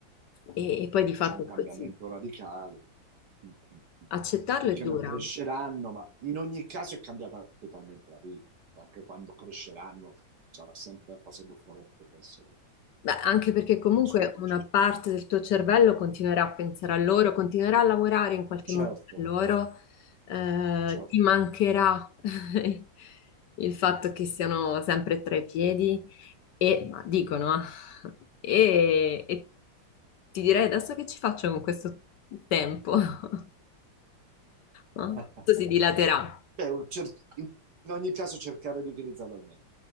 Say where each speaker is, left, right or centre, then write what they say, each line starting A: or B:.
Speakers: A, on the left; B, on the right.
A: E, e poi di fatto
B: c'è un
A: è
B: cambiamento
A: così.
B: radicale. Mm, mm, mm.
A: Accettarlo
B: mm. Finché
A: è dura.
B: non cresceranno, ma in ogni caso è cambiata totalmente la vita. Anche quando cresceranno sarà sempre una cosa differente per essere
A: Beh, anche perché comunque
B: suo, diciamo.
A: una parte del tuo cervello continuerà a pensare a loro, continuerà a lavorare in qualche modo
B: Certo,
A: per loro, eh,
B: certo.
A: ti mancherà <laughs> il fatto che siano sempre tra i piedi e ma dicono, eh, e, e ti direi adesso che ci faccio con questo tempo? <laughs> No?
B: <laughs>
A: Tutto si dilaterà.
B: Beh, un cer- in ogni caso cercare di utilizzarlo al meglio.